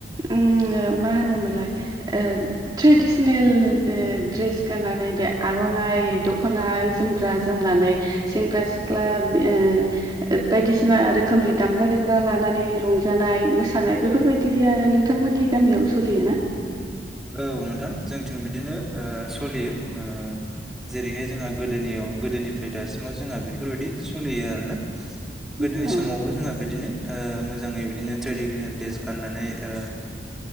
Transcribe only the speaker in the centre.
औ नोंथां जोंथिं बिदिनो ओ सलियो ओ जेरैहाय जोंहा गोदोनियाव गोदोनिफ्राय दासिमाव जोंहा बेफोरबायदि सोलियो आरोना
गोदोनि समावबो जोंहा बिदिनो ओ मोजाङै बिदिनो ट्रेडिसनेल दड्रेस ओ गाननानै ओ